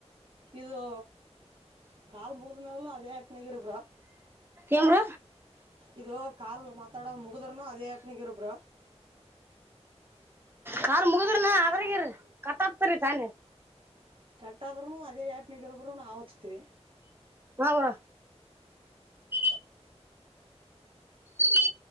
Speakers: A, on the right; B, on the right.
A: ಇದು. ಕಾ ಮುಗಿದಮಲೆಲ್ಲ ಅದೇ ಎನಗೆರು ಬ್ರೋ.
B: ಏನ್ಬ್ರ
A: ಇದು ಕಾಲ್ ಮಾತಾಡದು ಮುಗುದ್ರನು ಅದೇ ಯಪ್ನಿಗಿರ ಬ್ರೋ.
B: ಯಾರ್ ಮುಗುದ್ರನ ಅದ್ರಗರರಿ ಕಟ್ಕ್ತರಿರಿ ತಾನಿ.
A: ಕಟ್ ಆದ್ರೂನು ಅದೇ ಆ್ಯಪ್ನಗ ಇರು ಬ್ರೋ ನಾವು ಹಚ್ತಿೀವಿ.
B: ಹಾ ಬ್ರೋ. <inaudible> ಈ